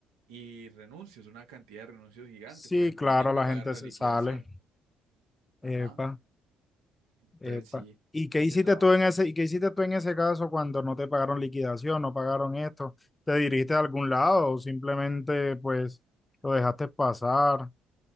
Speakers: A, on the right; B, on the left.
A: y renuncios, una cantidad de renuncios gigante.
B: Sí,
A: Por ejemplo,
B: claro,
A: a mí no
B: la
A: me pagaron
B: gente
A: la
B: se
A: liquidación.
B: sale.
A: Ajá.
B: Epa.
A: Entonces
B: Epa.
A: sí,
B: ¿Y qué
A: ese
B: hiciste
A: trabajo.
B: tú en ese, y qué hiciste tú en ese caso cuando no te pagaron liquidación, no pagaron esto? ¿Te dirigiste a algún lado o simplemente pues lo dejaste pasar?